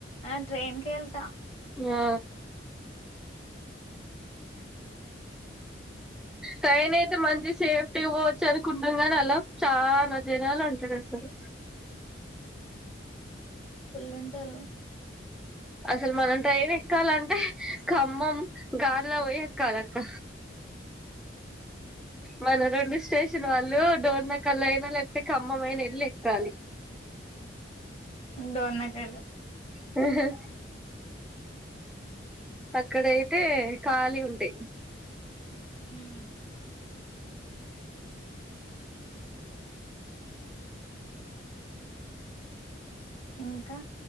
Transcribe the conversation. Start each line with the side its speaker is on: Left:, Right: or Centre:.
Left: ఆ ట్రైన్ కే ఎల్తాం.
Centre: ఆ ట్రైన్ అయితే మంచి సేఫ్టీగ పోవచ్చు అనుకుంటాం గాని అలా చాన జనాలుంటరు అసలు.
Left: ఫుల్లుంటరు.
Centre: అసలు మనం ట్రైన్ ఎక్కాలంటే, ఖమ్మం గాలిలో పోయి ఎక్కాలక్క. మన రొండు స్టేషన్ వాళ్లూ డోర్నకల్ అయినా లేకపోతే ఖమ్మం అయినా ఎల్లి ఎక్కాలి.
Left: డోర్నకల్.
Centre: హ్మహ అక్కడయితే ఖాళీ ఉంటయి.
Left: హ్మ్ ఇంకా,